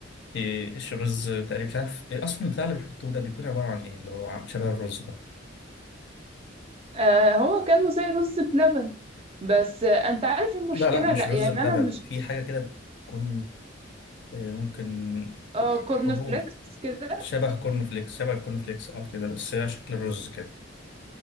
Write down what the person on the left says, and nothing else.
إيه، ايش الرز تقريبا مش عارف إيه، اصلا البتاع اللي بيحطوه ده بيكون عباره عن ايه اللي هو عم- شبه الرز ده
لا لا مش
رز
بلبن
في حاجه كده بتكون إيه، ممكن
ح-
حبوب
شبه كورن فليكس شبه الكورن فليكس اه كده بس هي شكل الرز كده